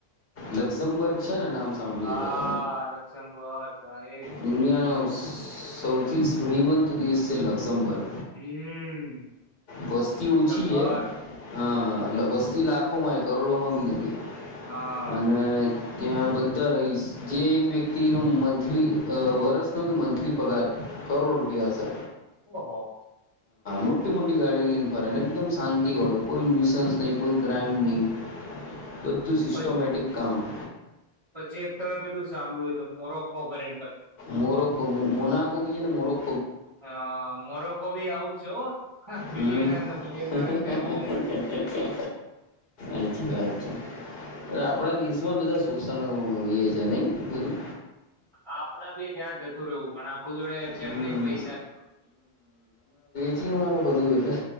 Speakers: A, on the left; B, on the right.
A: લક્ઝમબર્ગ છે ને નામ સાંભળ્યું
B: હા
A: હતું
B: લક્ષ્મબર્ એ
A: દુનિયા ન સૌ અથી સ્મ્રીમંત દેશ છે લક્ઝમબર્ગ
B: હમ
A: વસ્તી
B: લક્ઝમબર્ગ
A: ઓછી છે હ વસ્તી લાખોમાં એ કરોડોમાં બી નથી
B: હા
A: અને ત્યાં બધા રહીશ જે એક વ્યક્તિનું મંથલી વરસનો કે મંથલી પગાર કરોડ રૂપિયા હશે
B: ઓ ઓહ
A: મુટું મુટ ગાડીઓ લઈને ફરે ને એકદમ શાંતિ વાળું કોઈ ન્યુસન્સ નહી કોઈ ક્રાઈમ નહીિ બધું સિસ્ટોમેટિક
B: પ-
A: કામ <inaudible>
B: પછી એક તમે પેલું સાંભળ્યું તો મોરોક કોપરે
A: મોર ક મુ મોના કો બી જે ને મોંરા કો
B: હ મોરો કો ભી એવુજ છે હો બિલિયનર
A: હમ
B: ને મિલિયનર
A: અચ્છા
B: જ ત્યાં જોવા મળે
A: અચછા આપણા દેશમાં બધા શોષણ એ છે નહી બધું
B: આપડા બી ત્યાં જતું રહવું પણ આપણી જોડે છે
A: હમ
B: નહી પૈસા
A: પછી મારો બધું એલે